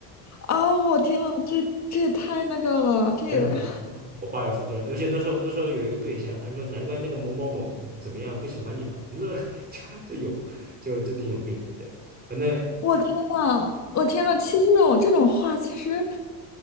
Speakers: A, on the left (about 35°); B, on the right (about 20°).
A: 啊！我天呐，这这也太那个了，这也
B: 对，我我爸也说这，而且那时候那时候有一个对象，他说难怪那个某某某怎么样不喜欢你了，<laughs> 你怎么 <laughs> 就就有就就挺有病的。对，反正
A: 我天呐，我天呐！其实这种这种话，其实